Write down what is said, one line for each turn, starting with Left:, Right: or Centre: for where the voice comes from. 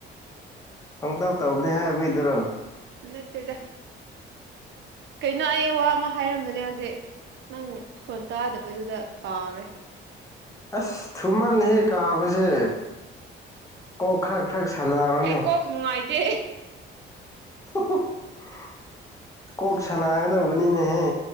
Left: ꯄꯪꯇꯧ ꯇꯧꯒꯅꯤ ꯍꯥꯏꯕꯒꯤꯗꯨꯔꯣ
Right: ꯅꯠꯇꯦꯗ ꯀꯩꯅꯣ ꯑꯩ ꯋꯥ ꯑꯃ ꯍꯥꯏꯔꯝꯕꯅꯦ ꯍꯧꯖꯤꯛ ꯅꯪ ꯈꯣꯟ ꯇꯥꯗꯕꯗꯨꯗ ꯀꯥꯎꯔꯦ
Left: ꯑꯣ ꯑꯁ ꯊꯨꯃꯟ ꯍꯦꯛ ꯀꯥꯎꯕꯁꯦ ꯀꯣꯛ ꯈꯔ ꯈꯔ ꯁꯥꯟꯅꯧꯅꯦ
Right: ꯑꯩ ꯀꯣꯛ ꯅꯨꯡꯉꯥꯏꯇꯦ
Left: ꯑꯣ <inaudible> ꯀꯣꯛ ꯁꯅꯥꯒꯗꯕꯅꯤꯅꯦꯍꯦ